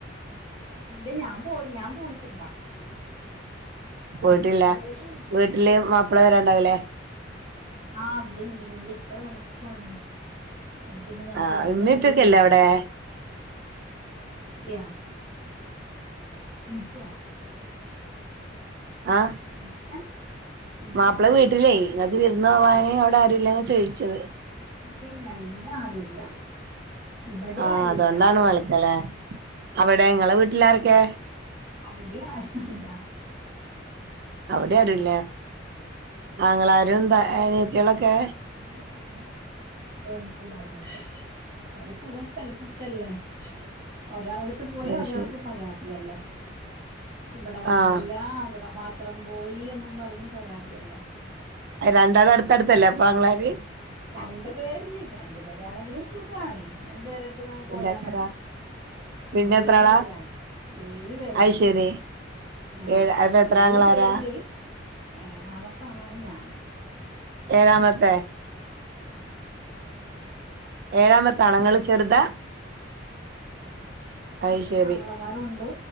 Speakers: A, on the right; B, on the right.
A: ഇല്ല ഞാൻ പോയി ഞാൻ പോയിട്ടില്ല
B: പോയിട്ടില്ല
A: ജോലി
B: വീട്ടില്
A: ഇല്ലേ
B: മാപ്പിള വരാണ്ടാവൂലേ
A: ആഹ് ഇവിട്ണ്ട് ഇവിട് ഇക്ക തനിച്ചാണ് അപ്പൊ പിന്നെ ഞാൻ
B: ആഹ്
A: പോയിട്ടുണ്ടെങ്കി
B: ഇമ്മീം ഇപ്പൊക്കെ
A: ശരിയാവില്ല
B: ഇല്ലേ അവിടെ
A: അതെയാ എനിക്കോ
B: ആഹ്
A: ഇല്ല ഇല്ലില്ല
B: മാപ്പിളെ വീട് ട്ടില്ലേ നിങ്ങക്ക് വിർന്ന് പോവാനേ അവിടെ ആരുല്ലേന്നാ ചോയിച്ചത്.
A: ഇല്ല ഇല്ല ഇവിടെ ആരുല്ല. ഇവിടെ
B: ആഹ്
A: ആരുല്ല
B: അതൊണ്ടാണ് വൽക്കലെ അവിടെ ഇങ്ങളെ വീട്ടിലാരൊക്കെ.
A: അവിടിയും ആരുല്ല.
B: അവിടെ ആരുല്ലേ. ആങ്ങളാരും എന്താ അനിത്തിളൊക്കെ.
A: <unintelligible> <unintelligible> എല്ലാരും ഉണ്ട് അവരൊക്കെ ഓരോ സ്ഥലത്ത് നിക്കല്ലേ ഒരാൾ രിടിത്ത് പോയാ
B: അയ്ശരി
A: ഒരാൾക്ക് പരാതിയല്ലേ ഇവിടെ വന്നില്ല
B: ആഹ്
A: അവിടെ മാത് ത്രം പോയി എന്നും പറഞ്ഞ് പരാതിയല്ലേ.
B: രണ്ടാളും അടുത്തടുത്തല്ലേ അപ്പൊ ആങ്ങളാര്?
A: രണ്ടു പേരല്ലേ രണ്ടു പേരാണെങ്കിലും സുഖാണ് രണ്ടു പേരെടുത്ത് ങ്ങക്ക്
B: പിന്നെ
A: പോയാ
B: എത്ര
A: മതി. ഞങ്ങള്
B: പിന്നെ എത്ര
A: ഏഴു
B: ആളാ
A: പേരാണ്, ഏഴു പേരാണ്.
B: അത് ശരി
A: ആഹ്
B: ഏഴ് അപ്പൊ എത്ര
A: ഏഴു
B: ആങ്ങളാരാ
A: പേരില് ഏഴാമത്തെ ആളാണ് ഞാന്.
B: ഏഴാമത്തെ.
A: ആഹ്.
B: ഏഴാമത്തെ ആളൊ ങ്ങള് ചെറുതാ. അത്
A: മൂന്ന്
B: ശരി
A: ആങ്ങളമാരുംണ്ട്